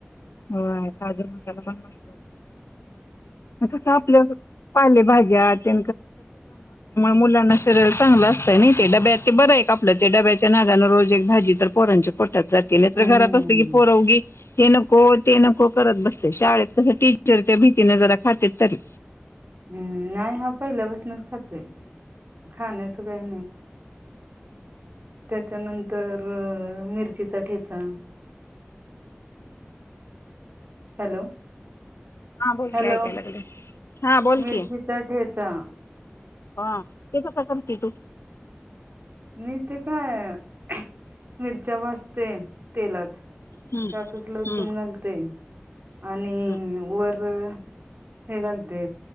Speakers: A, on the left; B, on the right.
A: होय काजू मसाला पण मस्त होत कस आपल्या पाले भाजी मुलांना शरी चलं अस डब्या आप रोज भाजी तर पोरांच्या पोटाते
B: हम्म.
A: घरात अस कीोरी को ते नको करत बसते शाळेत कसं टीचर त्या भीतीने जरा खातात तरी
B: हम्म नाही हा पहिल्यापासूनच खातोय खाण्याचं काही नाही त्याच्यानंतर मिरचीचा ठेचा हॅलो
A: हा बोल
B: हॅलो
A: की ऐकाय लागले. हा बोल
B: मिरचीचा
A: की
B: ठेचा
A: हा तेेत सखमचीटू
B: मी ते काय मिरच्या भजते तेलात
A: हम्म
B: त्यातच लसूण
A: हम्म
B: घालते आणि
A: हम्म
B: वर हे घालते